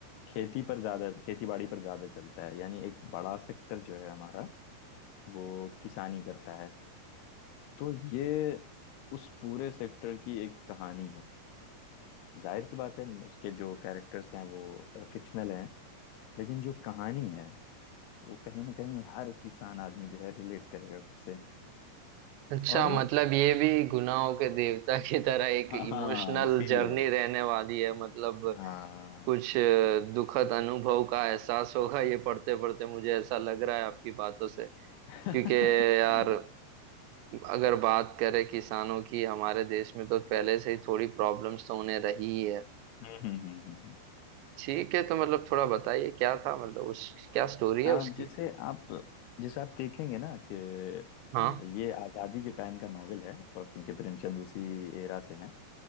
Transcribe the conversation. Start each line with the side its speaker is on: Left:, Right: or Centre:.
Left: खेती पर ज्यादा खेती बाड़ी पर ज्यादा चलता है यानी एक बड़ा सेक्टर जो है हमारा वो किसानी करता है तो ये उस पूरे सेक्टर की एक कहानी है जाहिर सी बात है उसके जो कैरेक्टर्स हैं वो फिक्शनल हैं लेकिन जो कहानी है वो कहीं ना कहीं हर किसान आदमी जो है रिलेट करेगा खुद से
Right: अच्छा
Left: और
Right: मतलब ये भी गुनाहों के देवता की तरह एक
Left: हाँ
Right: इमोशनल
Left: इसीलिए
Right: जर्नी रहने वाली है मतलब
Left: हाँ
Right: कुछ अ, दुखद अनुभव का एहसास होगा ये पढ़ते पढ़ते मुझे ऐसा लग रहा है आपकी बातों से
Left: <laughs>
Right: क्योंकि यार
Left: हम्म
Right: अगर बात करें किसानों की हमारे देश में तो पहले से ही थोड़ी प्रॉब्लम्स तो उन्हें रही ही है
Left: हम्म हम्म, हम्म।
Right: ठीक है तो मतलब थोड़ा बताइए क्या था मतलब उस क्या स्टोरी है
Left: आप
Right: उसकी
Left: जैसे आप जैसे आप देखेंगे ना कि
Right: हाँ
Left: अ, ये आज़ादी के टाइम का नॉवेल है और क्योंकि प्रेमचंद उसी एरा से हैं